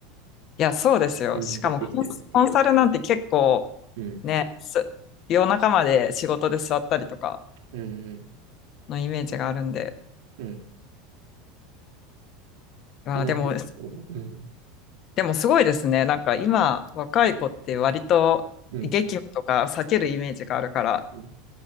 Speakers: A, on the left; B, on the right.
A: いや、そうですよ。
B: 顕在化してきちゃうっていうか。
A: しかもコンコンサルなんて結構
B: うん
A: ね、す夜中まで仕事で座ったりとか
B: うん
A: のイメージがあるんで、
B: うん。うん。い
A: あー、
B: や、なんで、
A: でも、
B: そう、うん、
A: でもすごいですね。なんか今、若い子って割と激務とか避けるイメージがあるから。
B: うん、うん。